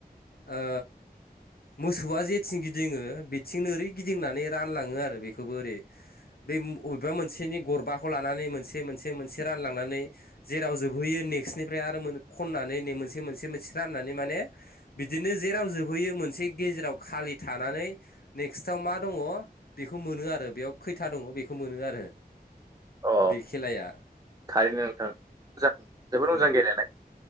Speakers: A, on the left; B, on the right.
A: ओ मोसौआ जेथिं गिदिङो बेथिंनो ओरै गिदिंनानै रानलाङो आरो बेखौबो ओरै बे अबेबा मोनसेनि गरबाखौ लानानै मोनसे मोनसे मोनसे रानलांनानै जेराव जोबहैयो नेक्निफ्राय आरो खननानै मोनसे मोनसे मोनसे राननानै माने बिदिनो जेराव जोबहैयो मोनसे गेजेराव खालि थानानै नेक्स्टआव मा दङ बेखौ मोनो आरो बेयाव खैथा दङ बेखौ मोनो आरो
B: अ
A: बे खेलाया
B: थारैनो नोंथां मोजां जोबद मोजां
A: औ
B: गेलेनाय।